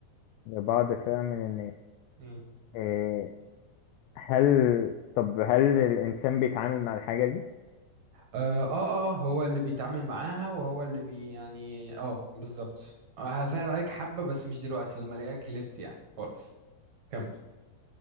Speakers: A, on the left; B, on the right.
A: لبعض فئة من الناس
B: مم.
A: آه، هل طب هل الإنسان بيتعامل مع الحاجة دي
B: اه اه آه، هو اللي بيتعامل معاها وهو اللي بي يعني اه بالظبط آه، هسهل عليك حبة بس مش دلوقتي لما الاقيك جلبت يعني خالص كمل